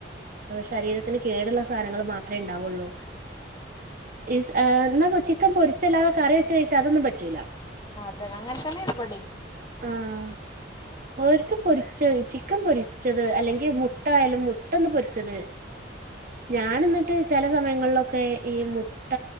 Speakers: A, on the right (about 45°); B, on the left (about 25°).
A: ശരീരത്തിന് കേടുള്ള സാധങ്ങൾ മാത്രമേ ഉണ്ടാവുള്ളൂ എന്നാ ചിക്കൻ പൊരിച്ചല്ലാതെ കറി വെച്ച് കഴിച്ചാ അതൊന്നും പറ്റൂല
B: അതെ അങ്ങനെ തന്നെ ഇവടേം
A: ആഹ ഒക്ക് പൊരിച്ചത് ചിക്കൻ പൊരിച്ചത് അല്ലെങ്കിൽ മുട്ടായാലും മുട്ട ഒന്ന് പൊരിച്ചത് ഞാന എന്നിട്ട് ചില സമയങ്ങളിലൊക്കെ ഈ മുട്ട